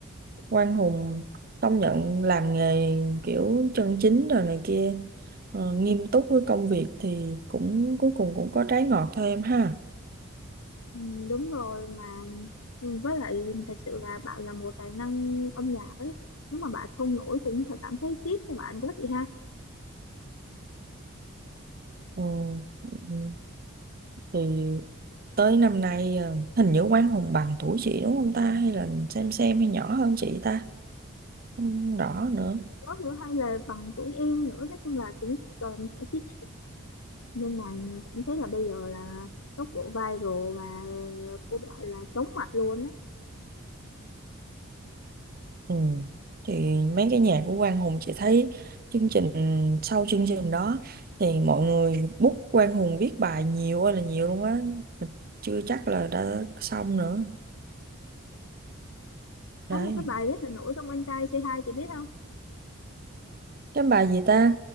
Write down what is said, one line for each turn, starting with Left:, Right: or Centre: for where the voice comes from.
Right: Quang Hùng công nhận làm nghề kiểu chân chính rồi này kia ờ, nghiêm túc với công việc thì cũng cuối cùng cũng có trái ngọt thôi em ha
Left: ừ, đúng rồi mà ừ, với lại thật sự là bạn là một tài năng âm nhạc ấy nếu mà bạn không nổi cũng sẽ cảm thấy tiếc cho bạn quá chị ha
Right: ừ. ừ. thì tới năm nay ờ, hình như Quang Hùng bằng tuổi chị đúng không ta hay là xem xem hay nhỏ hơn chị ta không rõ nữa
Left: đó nữa hay là bằng tuổi em nữa nói chung là cũng còn ở trên nhưng mà cảm thấy là bây giờ là tốc độ viral và của bạn là chóng mặt luôn á
Right: Ừ. Thì mấy cái nhà của Quang Hùng chị thấy chương trình sau chương trình đó thì mọi người book Quang Hùng viết bài nhiều ơi là nhiều luôn á Mình chưa chắc là đã xong nữa đấy
Left: có một cái bài rất là nổi trong anh trai C2 chị biết không
Right: cái bài gì ta